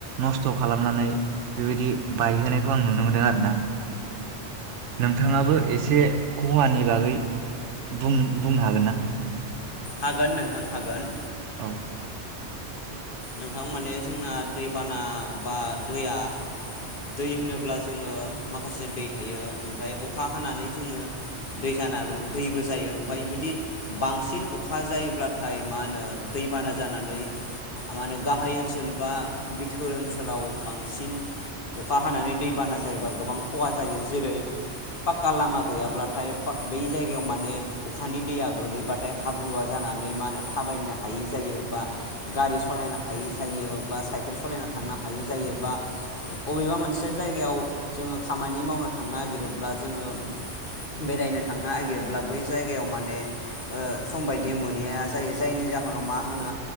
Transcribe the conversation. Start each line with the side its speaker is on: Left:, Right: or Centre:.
Right: नस्थ' खालामनानै बेबायदि बायहोनायखौ आं नुनो मोनदों आरो। ना नोंथाङाबो एसे खहानि बागै बुं-बुंनो हागोन ना?
Left: हागोन नोंथां हागोन
Right: औ
Left: नोंथां माने जोंना दैबाना बा दैया दै होनोब्ला जोङो माखासे दै थायो ओमफ्राय अखा हानानै जोङो दै जानाबो दैबो जायो ओमफ्राय जुदि बांसिन अखा जायोब्लाथाय मा होनो दैबाना जानानै आरो गाहाय ओनसोल बा बिथ बेफोर ओनसोलाव बांसिन अखा हानानै दैबाना जायोबा गोबां खहा जायो जेरै पाक्का लामा गैयाब्लाथाय बै जायगायाव माने अखानि दैया गोगलैबाथाय हाब्रुवा जानानै मा होनो थाबायनो हायि जायो बा गारि सलायनो हायि जायो बा साइकेल सलायना थांनो हायै जायो बा अबेबा मोनसे जायगायाव जोङो खामानि मावनो थांनो नागिरोब्ला जोङो बेरायनो थांनो नागिरोब्ला बै जायगायाव माने ओ सम बायदि मोनहैया जायो जायनि जाहोनाव मा होनो